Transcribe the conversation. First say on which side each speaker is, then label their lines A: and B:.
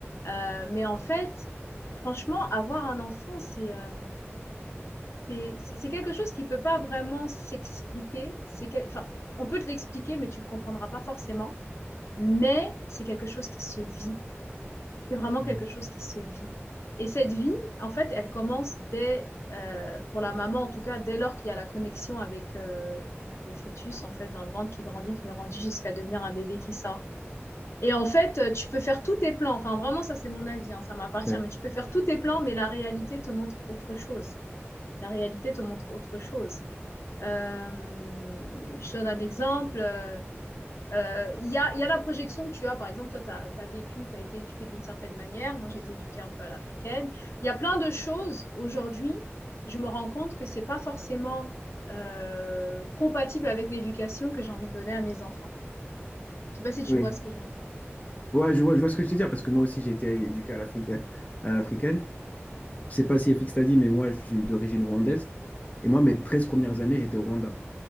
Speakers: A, on the left; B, on the left.
A: euh, mais en fait franchement avoir un enfant c'est euh, c'est c'est- c'est quelque chose qui ne peut pas vraiment s'expliquer. C'est quel- enfin, on peut te l'expliquer, mais tu ne le comprendras pas forcément. Mais c'est quelque chose qui se vit. C'est vraiment
B: Mhm.
A: quelque chose qui se vit. Et cette vie, en fait, elle commence dès, euh, pour la maman en tout cas, dès lors qu'il y a la connexion avec euh, le fœtus, en fait, dans le ventre qui grandit, qui grandit jusqu'à devenir un bébé qui sort. Et en fait, euh, tu peux faire tous tes plans. Enfin, vraiment, ça, c'est mon avis, hein, ça m'appartient.
B: Ouais.
A: Mais tu peux faire tous tes plans, mais la réalité te montre autre chose. La réalité te montre autre chose. Euh, je te donne un exemple. euh, euh, Il y a, il y a la projection que tu as. Par exemple, toi, tu as, vécu, tu as été éduqué d'une certaine manière. Moi, j'ai été éduquée un peu à l'africaine. Il y a plein de choses. Aujourd'hui, je me rends compte que c'est pas forcément euh, compatible avec l'éducation que j'ai envie de donner à mes enfants. Je sais pas si tu
B: Oui.
A: vois ce que je veux dire.
B: Ouais, je vois, je vois ce que je veux dire parce que moi aussi j'ai été éduqué à l'africaine. À l'africaine. Je sais pas si FX t'a dit, mais moi je suis d'origine rwandaise. Et moi, mes 13 premières années, j'étais au Rwanda.